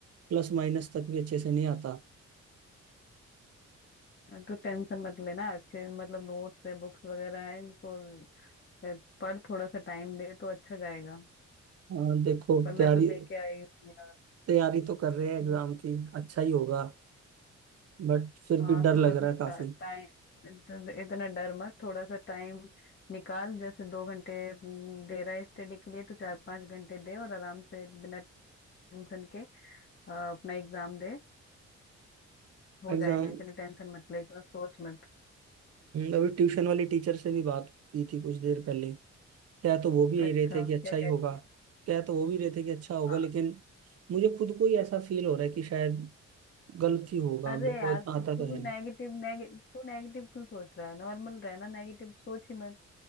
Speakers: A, on the right; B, on the left.
A: प्लस माइनस तक भी अच्छे से नहीं आता
B: अ, तो टेंशन मत लेना अच्छे मतलब नोट्स है बुक्स वगैरह है इनको अ, पढ़ थोड़ा सा टाइम दे तो अच्छा जाएगा
A: हाँ देखो
B: पर मैं
A: तैयारी
B: तो दे के आई हूँ
A: तैयारी तो कर रहे हैं एग्जाम
B: यार
A: की अच्छा ही होगा बट फिर
B: हाँ
A: भी डर
B: थोड़ा
A: लग रहा
B: सा
A: है काफी
B: टाइम इतना डर मत थोड़ा सा टाइम निकाल जैसे दो घंटे हम्म, दे रहा है स्टडी के लिए तो चार पांच घंटे दे और आराम से बिना टेंशन के अ, अपना एग्जाम दे हो
A: एग्जाम
B: जाएगा इतनी टेंशन मत ले इतना सोच मत
A: अभी ट्यूशन वाली टीचर से भी बात की थी कुछ देर पहले क्या है तो वो भी यही
B: अच्छा
A: रहे थे कि अच्छा
B: क्या
A: ही
B: कह
A: होगा
B: रही थी
A: क्या है तो वो भी रहे थे कि अच्छा होगा
B: हाँ
A: लेकिन मुझे खुद को ही ऐसा फील हो रहा है कि शायद गलत ही होगा
B: अरे
A: मेरे को
B: यार
A: इतना आता
B: तू
A: तो है नहीं
B: नेगेटिव नेगे, तू नेगेटिव क्यों सोच रहा है नॉर्मल रहना नेगेटिव सोच ही मत